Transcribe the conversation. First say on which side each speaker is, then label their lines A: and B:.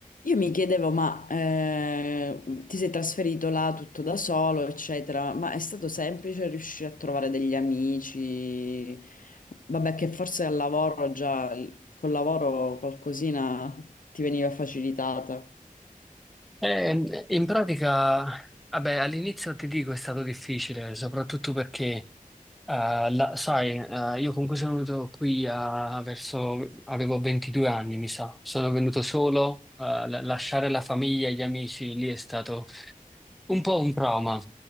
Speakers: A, on the left; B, in the centre.
A: Io mi chiedevo, ma eh, ti sei trasferito là tutto da solo, eccetera, ma è stato semplice riuscire a trovare degli amici? Vabbè, che forse al lavoro già, col lavoro qualcosina ti veniva facilitata.
B: Eh, in pratica, vabbè, all'inizio ti dico è stato difficile, soprattutto perché, eh, la- sai, eh, io comunque sono venuto qui a- verso, avevo 22 anni, mi sa, sono venuto solo, eh, la- lasciare la famiglia e gli amici lì è stato un po' un trauma,